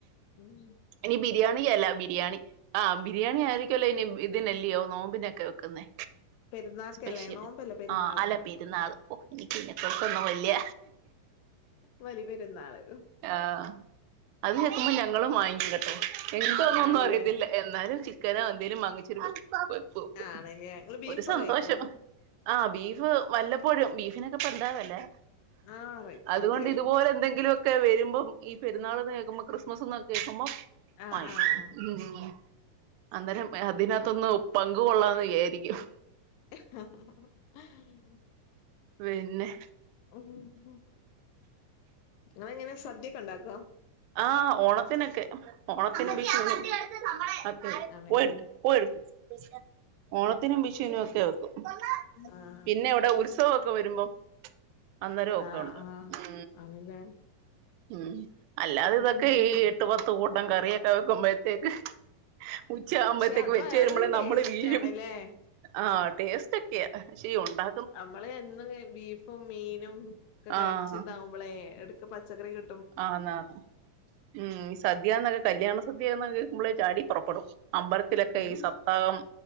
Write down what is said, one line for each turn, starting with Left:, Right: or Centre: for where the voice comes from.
Left: ഉം
Right: ഇനി ബിരിയാണി അല്ല ബിരിയാണി ആഹ് ബിരിയാണി ആയിരിക്കല്ലോ ഇനി ഇതിനല്ല്യോ നോമ്പിനൊക്കെ വെക്കുന്നെ
Left: പെരുന്നാക്കല്ലേ
Right: സ്പെഷ്യല്
Left: നോമ്പല്ലേ പെരുന്നാള്
Right: ആഹ് അല്ല പെരുന്നാള് ഓ എനിക്ക് ഇനെകുറിച്ചൊന്നും വല്ല്യ
Left: ബലി പെരുന്നാള്
Right: ആഹ് അതിങ്ങെത്തുമ്പോ ഞങ്ങളും വാങ്ങിക്കും കേട്ടോ എന്താനൊന്നും
Left: ആണല്ലേ
Right: അറിയത്തില്ല എന്നാലും ചിക്കനോ എന്തേലും വാങ്ങിച്ചിരിക്കും വെക്കും
Left: ആണല്ലേ നിങ്ങള് ബീഫ്
Right: ഒരു സന്തോഷം
Left: കഴിക്കോ
Right: ആഹ് ബീഫ് വല്ലപ്പോഴും ബീഫിനക്കെപ്പ എന്താവെലാ
Left: ആഹ് റേറ്റ്ണ്ട്
Right: അതുകൊണ്ട് ഇതുപോലെ എന്തെങ്കിലൊക്കെ ക്കെ വെര്മ്പോ ഉം ഈ പെരുന്നാള്ന്ന് കേക്കുമ്പോ ക്രിസ്മസ്ന്ന് കേക്കുമ്പം
Left: ആഹ്
Right: ആയിശ്
Left: ആഹ്
Right: ഉം അന്നേരം ഏഹ് അതിനാത്ത്ന്നൊ പങ്ക് കൊള്ളാന്ന് വിയാരിക്ക്യും
Left: ഹ, ഹ, ഹാ.
Right: പിന്നെ
Left: അങ്ങനെ ഉം ഇങ്ങളെങ്ങനെ സദ്യക്കെ ഇണ്ടാക്കോ
Right: ആഹ് ഓണത്തിനൊക്കെ ഓണത്തിനും
Left: ആഹ്
Right: വിഷൂനും ഒക്കെ <unintelligible>
Left: ആണല്ലേ
Right: <unintelligible> ഓണത്തിനും വിഷൂനൊക്കെ <unintelligible>
Left: ആഹ്
Right: പിന്നെ ഇവ്ടെ ഉത്സവൊക്കെ വെരുമ്പം അന്നേരൊക്കെ
Left: ആഹ്
Right: ഒണ്ട്
Left: ആഹ്
Right: ഉം
Left: ആണല്ലേ
Right: ഉം അല്ലാതെ
Left: ഉം
Right: ഇതൊക്കെ
Left: ഉം ഉം.
Right: ഈ എട്ട് പത്ത് കൂട്ടം കറിയക്കെ വെക്കുമ്പഴത്തേക്ക് ഉച്ചയാവുമ്പഴത്തേക്കും
Left: പക്ഷെ അത്
Right: വെച്ച്
Left: വേറൊരു
Right: വെരുമ്പളേ
Left: ടേസ്റ്റ്
Right: നമ്മള് വീഴും
Left: ആണ്ല്ലേ
Right: ആഹ് ടേസ്റ്റൊക്കെയാ ശീ ഒണ്ടാ
Left: അമ്മള് എന്നുങ്ങനെ ബീഫും മീനും ഒക്കെ കഴിച്ച്താവുമ്പളെ
Right: ആഹ്
Left: എടക്ക് പച്ചക്കറി കി
Right: ആന്നാന്ന് ഉം സദ്യാന്നൊക്കെ കല്യാണ സദ്യാന്നൊക്കെ കേക്കുമ്പളെ ചാടി പൊറപ്പെടും അമ്പലത്തിലൊക്കെ
Left: ഉം
Right: ഈ സപ്താഹം